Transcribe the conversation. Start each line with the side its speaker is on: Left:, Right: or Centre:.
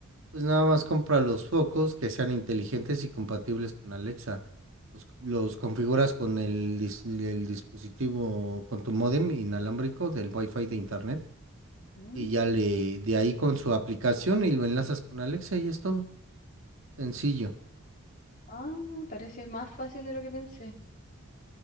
Right: Pues nada más compra los focos que sean inteligentes y compatibles con Alexa. Los, los configuras con el, dis- el dispositivo, con tu módem inalámbrico del Wi-Fi de internet
Left: Mm,
Right: y ya le de ahí con su aplicación y lo enlazas con Alexa y es todo. Sencillo.
Left: ah, parece más fácil de lo que pensé.